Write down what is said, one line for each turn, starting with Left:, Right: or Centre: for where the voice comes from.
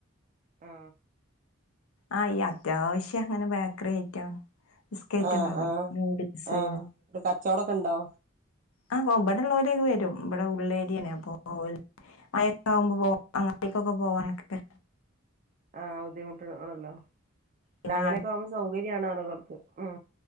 Right: ആ
Left: ആ ഈ അത്യാവശ്യം ഇങ്ങനെ ബേക്കറി ഐറ്റം ബിസ്ക്കറ്റ്
Right: ആ
Left: ഉണ്ടാവൂലേ
Right: ആ
Left: നൂഡിൽസ്
Right: ആ ഒരു കച്ചോടൊക്കെ ഉണ്ടോ
Left: ആ ഇബടെള്ളോരൊക്കെവരും ഇ ബടെഉള്ളേര്യാണ് അപ്പം ഓൽക്ക് <unintelligible> അങ്ങാട്ടേക്കൊക്കെ പോവാനൊക്കെ
Right: ആ ബുദ്ധിമുട്ട് ആണല്ലോ അല്ല
Left: പിന്നെ
Right: അങ്ങനൊക്കെ ആകുമ്പോ സൗകര്യാണ് ആളുകൾക്ക് ഉം